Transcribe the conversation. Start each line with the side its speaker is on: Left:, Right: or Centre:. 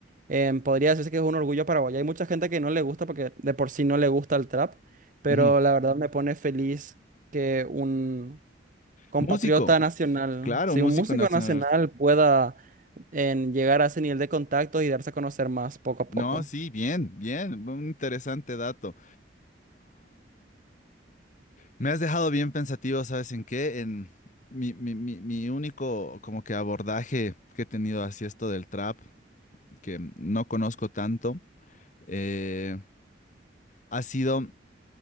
Right: em, podría decirse que es un orgullo paraguayo. Hay mucha gente que no le gusta porque de por sí no le gusta el trap, pero
Left: Ujú.
Right: la verdad me pone feliz que un compatriota
Left: Músico,
Right: nacional,
Left: claro,
Right: si
Left: músico
Right: un músico
Left: nacional.
Right: nacional pueda en, llegar a ese nivel de contacto y darse a conocer más poco a
Left: No,
Right: poco.
Left: sí, bien, bien, un interesante dato. Me has dejado bien pensativo, ¿sabes en qué? En mi, mi, mi, mi único como que abordaje que he tenido hacia esto del trap, que no conozco tanto, eh, ha sido,